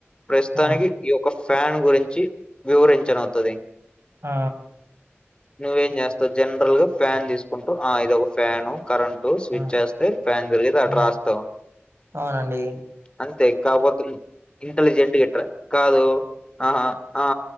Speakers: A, on the left; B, on the right.
A: ప్రస్తుతానికి
B: ఆ
A: ఈయొక్క ఫ్యాన్ గురించి వివరించనోత్తాది
B: ఆ
A: నువ్వేం చేస్తావ్ జనరల్ గా ఫ్యాన్ తీసుకుంటవ్ ఆ ఇద ఒక ఫ్యాను కరంటు స్విచ్
B: ఆ
A: వేస్తే ఫ్యాన్ తిరిగితే దటరాస్తవు
B: ఆ అవునండి
A: అంతే కాపోతే న్ ఇంటలిజెంట్ ఇట్రా కాదు ఆహా ఆ